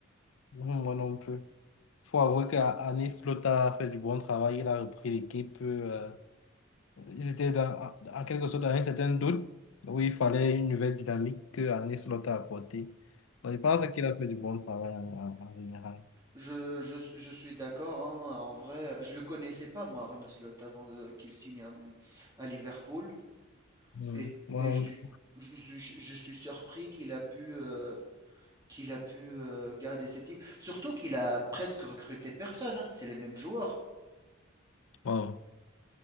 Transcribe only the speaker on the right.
Je, je, je suis d'accord, hein, en vrai, je le connaissais pas, moi, Arne Slot, avant de- qu'il signe à, à Liverpool.
Et,
et
je, du
coup, je, je- je suis surpris qu'il a pu euh, qu'il a pu euh, garder ses types. Surtout qu'il a presque recruté personne. hein. C'est les mêmes joueurs.